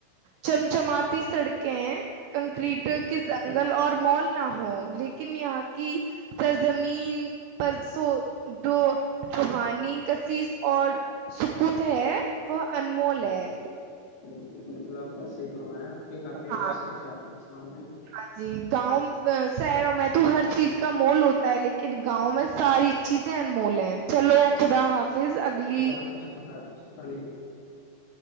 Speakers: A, on the right (about 80°); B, on the left (about 65°).
A: چمچماتی سڑکیں کنکریٹ کے جنگل اور مال نہ ہ لیکن یہاں کی سرزمین پر سو جو چوہانی کشس اور سکت ہے وہ انمول
B: ا
A: ہے۔
B: بالکل بالکل آپ نے صحیح بنوایا آپ کے کافی
A: ہاں،
B: اچھے و چار ہیں اس معاملے میں
A: ہاں جی گاؤں شہروں میں تو ہر چیز کا مول ہوتا ہے لیکن گاؤں میں ساری چیزیں انمول ہیں چلو خدا حافظ اگلی
B: خدا حافظ <unintelligible>